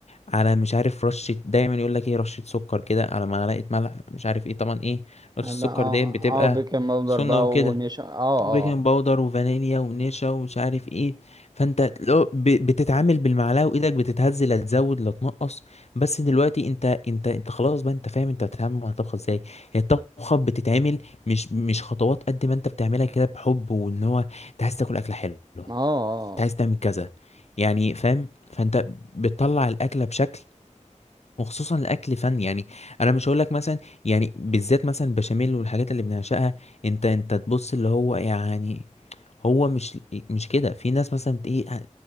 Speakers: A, on the left; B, on the right.
A: على مش عارف رشه دايما يقول لك ايه رشه سكر كده على معلقه ملح مش عارف ايه طبعا ايه رشه
B: هيبقى
A: السكر
B: اه
A: ديت بتبقى
B: اه آه، بيكنج باودر
A: سنه
B: بقى
A: وكده
B: ونشا اه
A: وبيكنج
B: اه
A: باودر وفانيليا ونشا ومش عارف ايه فانت لو ب- بتتعامل بالمعلقه وايدك بتتهز لا تزود لا تنقص بس دلوقتي انت انت انت خلاص بقى انت فاهم انت بتتعامل مع الطبخه ازاي هي الطبخه بتتعمل مش مش خطوات قد ما انت بتعملها كده بحب وان هو انت عايز تاكل اكله حلوه
B: اه اه
A: انت عايز تعمل كذا يعني فاهم فانت بتطلع الاكله بشكل وخصوصا الاكل فن يعني انا مش هقول لك مثلا يعني بالذات مثلا البشاميل والحاجات اللي بنعشقها انت انت تبص اللي هو يعني هو مش مش كده في ناس مثلا بت- ايه